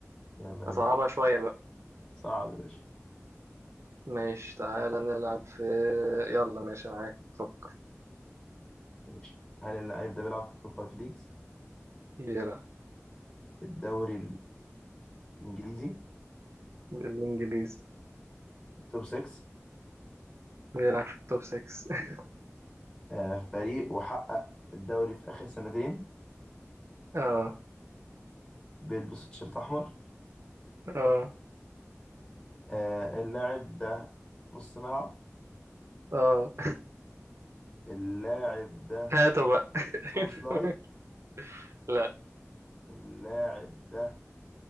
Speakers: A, on the left; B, on the right.
A: <laughs> يلا يا
B: أصعبها
A: باشا
B: شوية بقى.
A: صعب يا باشا
B: ماشي تعالى نلعب في يلا ماشي معاك فك
A: ماشي هل اللعيب ده بيلعب في التوب فايف ليجز
B: بيلعب
A: في الدوري الانجليزي
B: بالإنجليزي
A: توب 6
B: بيلعب في التوب 6 <laughs>
A: آه، فريق وحقق الدوري في آخر سنتين
B: اه
A: بيلبس تيشيرت أحمر
B: اه
A: آه، اللاعب ده نص ملعب
B: اه
A: اللاعب ده
B: هاتوا بقى <laughs>
A: سوبوسلاي
B: لا
A: اللاعب ده